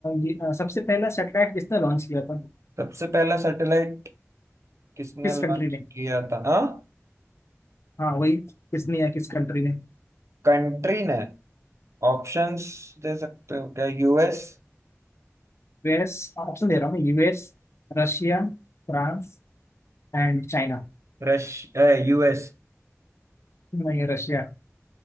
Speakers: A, on the left; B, on the right.
A: ये अ, सबसे पहला सैटेलाइट किसने लॉन्च किया था
B: सबसे पहला सैटेलाइट किसने
A: किस
B: लॉन्च
A: कंट्री ने
B: किया था हाँ
A: हाँ वही किसने या किस कंट्री ने
B: कंट्री ने ऑप्शंस दे सकते हो क्या यूएस
A: यूएस ऑप्शन दे रहा हूँ यूएस Russia France And China
B: रश यूएस
A: नहीं रशिया